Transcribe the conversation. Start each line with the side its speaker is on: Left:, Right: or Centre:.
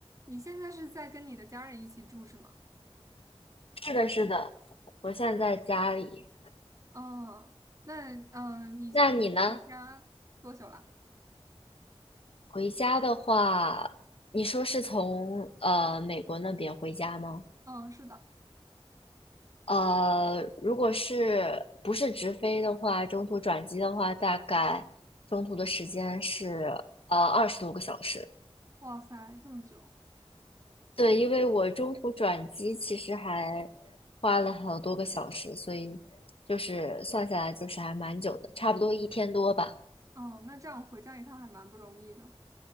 Right: 你现在是在跟你的家人一起住是吗？
Left: 是的，是的，我现在在家里。
Right: 嗯，那嗯，呃你现在回家多久了？
Left: 那你呢？回家的话，你说是从呃美国那边回家吗？
Right: 嗯，是的。
Left: 呃，如果是不是直飞的话，中途转机的话，大概中途的时间是呃二十多个小时。
Right: 哇塞，这么久。
Left: 对，因为我中途转机其实还花了好多个小时，所以就是算下来就是还蛮久的，差不多一天多吧。
Right: 哦，那这样回家一趟还蛮不容易的。